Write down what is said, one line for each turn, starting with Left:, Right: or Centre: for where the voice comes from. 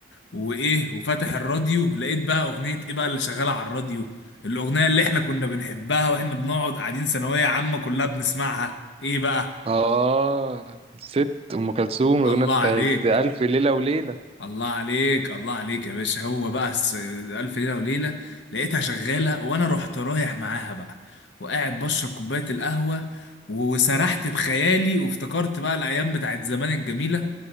Left: وايه وفاتح الراديو لقيت بقى اغنية ايه بقى اللي شغالة على الراديو الاغنية اللي احنا كنا بنحبها واحنا بنقعد قاعدين ثانوية عامة كلها بنسمعها ايه بقى؟
Right: اه ست ام كلثوم الاغنيه
Left: الله
Right: بتاعت
Left: عليك
Right: الف ليله وليله
Left: الله عليك الله عليك يا باشا هو بقى الس- ألف ليلة وليلة لقيتها شغالة وأنا رحت رايح معاها بقى وقاعد بشرب كوباية القهوة وسرحت بخيالي وافتكرت بقى الأيام بتاعت زمان الجميلة